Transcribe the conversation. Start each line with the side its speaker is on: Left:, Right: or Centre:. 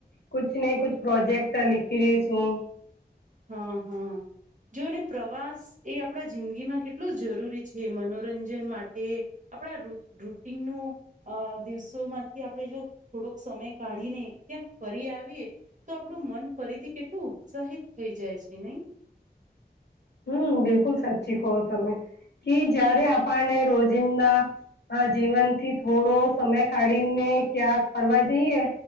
Left: કછ નહી કછ પ્રોજેક્ટ લિખી રહીશું.
Right: હા હા જોને પ્રવાસ એ આપણા જિંદગી માં કેટલું જરૂરી છે મનોરંજન માટે. આપણા રૂટન ન. અ દિવસોમાંથી આપણે જો થોડોક સમય કાઢીને ક્યાંક ફરી આવીએ. તો આપણું મન ફરીથી કેટલું ઉત્સાહિત થઈ જાય છે નહી.
Left: હમ બિલકુલ સાચી કહો તમે કે જયારે આપણને રોજિંદા. હા જીવનથી થોડો સમય કાઢીને ક્યાં ફરવા જઈએ.